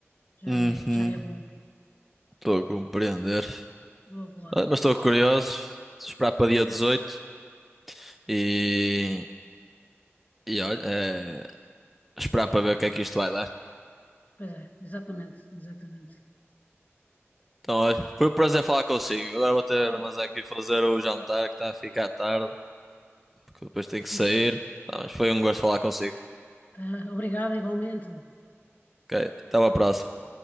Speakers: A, on the left; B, in the centre.
A: já
B: Uhum,
A: é, já é bom.
B: estou a compreender.
A: Boa, boa.
B: Ah, Mas estou curioso. Esperar para dia 18 e, e olha, é, esperar para ver o que é que isto vai dar.
A: Pois é, exatamente, exatamente.
B: Então, olha, foi um prazer falar consigo. Agora vou ter,
A: Oh,
B: mas aqui fazer o jantar que está a ficar tarde, porque depois tenho
A: <clears throat>
B: que sair. Tá, mas foi um gosto falar consigo.
A: tá, obrigada igualmente.
B: Ok, até à próxima.